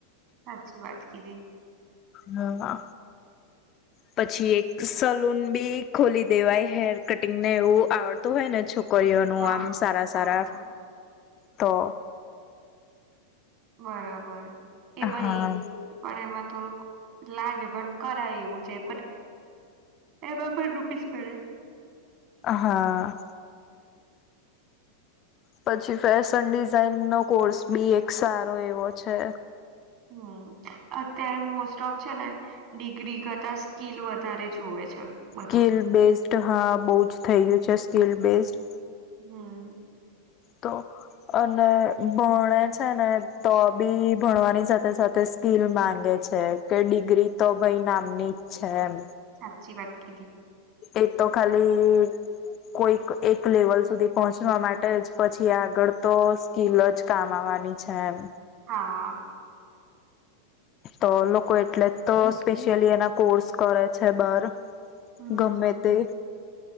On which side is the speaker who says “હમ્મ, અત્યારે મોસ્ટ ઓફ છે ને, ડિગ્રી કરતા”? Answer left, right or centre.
Right